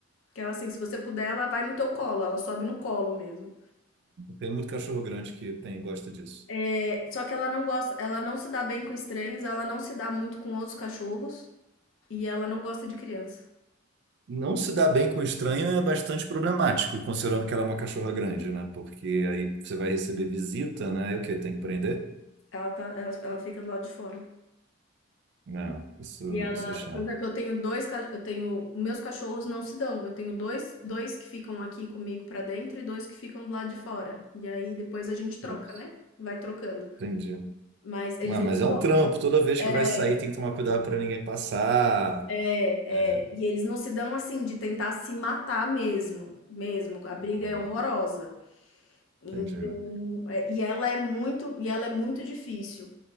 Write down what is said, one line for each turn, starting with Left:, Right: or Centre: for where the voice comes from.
Left: Que ela, assim, se você puder, ela vai no teu colo, ela sobe no colo mesmo.
Right: Tem muito cachorro grande que tem, gosta disso.
Left: É, só que ela não gosta, ela não se dá bem com estranhos, ela não se dá muito com outros cachorros e ela não gosta de criança.
Right: Não se dar bem com estranho é bastante problemático, considerando que ela é uma cachorra grande, né? Porque aí você vai receber visita, né? E o quê? Tem que prender?
Left: Ela, tá, ela, ela fica do lado de fora.
Right: Não, isso,
Left: E ela,
Right: isso é chato.
Left: por exemplo, eu tenho 2 ca eu tenho meus cachorros não se dão, eu tenho dois dois que ficam aqui comigo pra dentro e 2 que ficam do lado de fora. E aí depois a gente troca,
Right: Putz,
Left: né, vai trocando.
Right: Entendi.
Left: Mas eles
Right: Ah,
Left: não
Right: mas
Left: se
Right: é
Left: dão.
Right: um trampo. Toda vez
Left: É,
Right: que vai sair, tem que tomar cuidado para ninguém passar.
Left: é,
Right: É.
Left: é. E eles não se dão assim de tentar se matar mesmo, mesmo. A briga
Right: Hum,
Left: é horrorosa. Então,
Right: Entendi.
Left: é, e ela é muito, e ela é muito difícil.